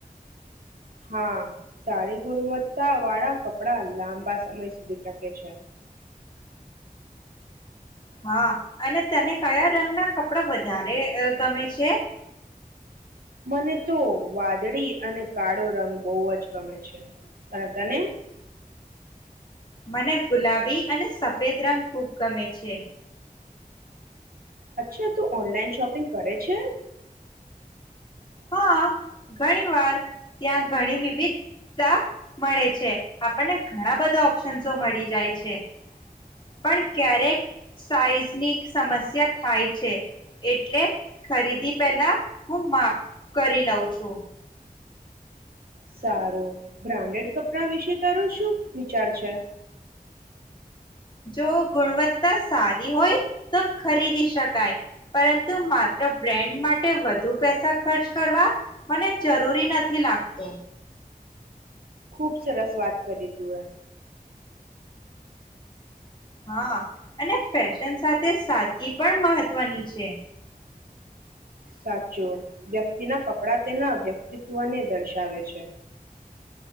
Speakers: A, on the right; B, on the left.
A: હા સારી ગુણવત્તા વાળા કપડા લાંબા સમય સુધી ટકે છે.
B: હા અને તને કયા રંગના કપડા વધારે આ ગમે છે.
A: મને તો વાદળી અને કાળો રંગ બહુ જ ગમે છે અને તને.
B: મને ગુલાબી અને સફેદ રંગ ખૂબ ગમે છે.
A: અચ્છા તું ઓનલાઈન શોપિંગ કરે છે.
B: હા ઘણી વાર ત્યાં ઘણી વિવિધતા મળે છે આપણને ઘણા બધા ઓપ્શન્સ મળી જાય છે પણ ક્યારેક સાઈઝની સમસ્યા થાય છે એટલે ખરીદી પહેલા હું માપ કરી લઉં છું.
A: સારું બ્રાન્ડેડ કપડાં વિશે તારો શું વિચાર છે.
B: જો ગુણવત્તા સારી હોય તો ખરીદી શકાય પરંતુ માત્ર બ્રેન્ડ માટ ટે વધુ પૈસા ખર્ચ કરવા મને જરૂરી નથી લાગતો.
A: ખૂબ સરસ વાત કરી તુંએ.
B: હા અને ફેશન સાથે સાદગી પણ મહત્વની છે.
A: સાચું વ્યક્તિના કપડા તેના વ્યક્તિત્વને દર્શાવે છે.